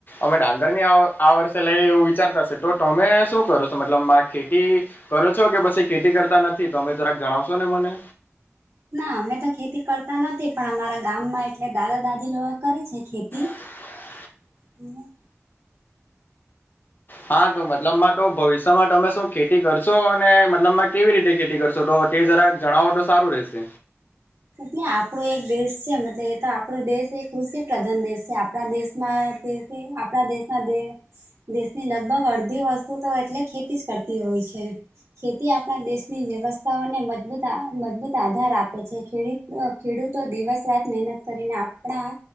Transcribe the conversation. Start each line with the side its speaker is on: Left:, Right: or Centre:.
Left: અમે ડાંગર ની આવ આ વર્ષે લઈ એવું વિચારતાશે ટો ટમે શું કરો છો મતલબમા ખેટી કરો છો કે પછી ખેટી કરતા નથી તમે જરાક જણાવશો ને મને
Right: ના અમે ત ખેતી કરતા નથી પણ અમારા ગામમાં એટલે દાદા-દાદી લો કરે છે ખેતી
Left: <inaudible>
Right: <unintelligible>
Left: હા તો મતલબમાં ટો ભવિષ્યમાં તમે શું ખેટી કરશો અને મતલબમાં કેવી રીતે ખેટી કર ટો ટે જરાક જણાવો તો સારું રેશે.
Right: એટલે આપડો એક દેશ છે મતલબ એ તો આપડો દેશ એક કૃષિ પ્રધાન દેશ છે આપણા દેશમાં તે તે આપણા દેશના દે દેશની લગભગ અડધી વસ્તુ તો એટલે ખેતી જ કરતી હોય છે. ખેતી આપણા દેશની વ્યવસ્થાઓને મજબૂતા મજબૂત આધાર આપે છે. ખેડીત ખેડૂતો દિવસ રાત મહેનત કરીને આપડા